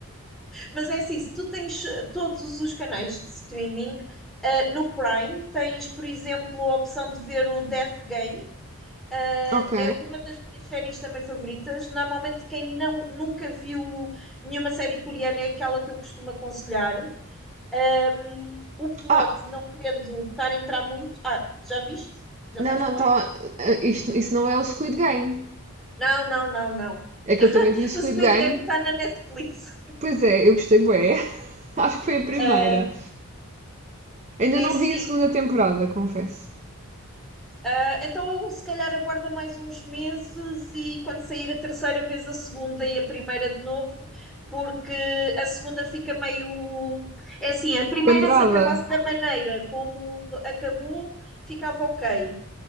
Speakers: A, in the centre; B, on the right.
A: Mas é assim, se tu tens eh, todos os canais de streaming, ah, no Prime tens, por exemplo, a opção de ver o Death Game, ah,
B: Ok.
A: é uma das minhas séries também favoritas. Normalmente quem não, nunca viu nenhuma série coreana é aquela que eu costumo aconselhar. Um, o plot,
B: Ah,
A: não querendo estar a entrar muito. Ah, já viste? Já
B: não,
A: sabes
B: não,
A: qual
B: tá,
A: é?
B: ah, isto, isso não é o Squid Game.
A: Não, não, não, não.
B: É que eu também vi o
A: O
B: Squid
A: Squid
B: Game.
A: Game está na Netflix.
B: Pois é, eu gostei bué. <laughs> Acho que foi a primeira.
A: Uh,
B: Ainda
A: é
B: não
A: assim.
B: vi a segunda temporada, confesso.
A: uh, então, se calhar aguarda mais uns meses e quando sair a terceira vez, a segunda e a primeira de novo, porque a segunda fica meio. É assim, a primeira,
B: Pendurada?
A: se acabasse da maneira como acabou, ficava ok.